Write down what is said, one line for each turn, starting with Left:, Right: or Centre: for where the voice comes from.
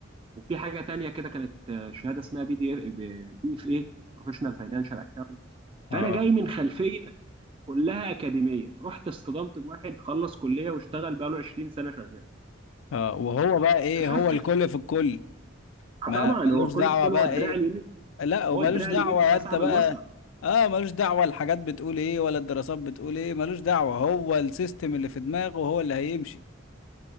Right: وفي حاجه تانية كده كانت آه، شهاده اسمها بي دي بي اف اي بروفيشنال فاينانشال اكاونت
Left: اه
Right: فانا جاي من خلفيه كلها اكاديميه رحت اصطدمت بواحد خلص كليه واشتغل بقاله 20 سنه شغال
Left: اه وهو بقى ايه
Right: اكتشفت
Left: هو الكل في الكل ما
Right: آه، طبعا هو
Left: ملوش
Right: الكل
Left: دعوة
Right: في كل
Left: بقى
Right: هو الدراع
Left: ايه
Right: اليمين
Left: لا وملوش
Right: هو الدراع
Left: دعوة
Right: اليمين بتاع
Left: انت
Right: صاحب
Left: بقى
Right: المصنع
Left: اه ملوش دعوة الحاجات بتقول ايه ولا الدراسات بتقول ايه ملوش دعوة هو السيستم اللي في دماغه هو اللي هيمشي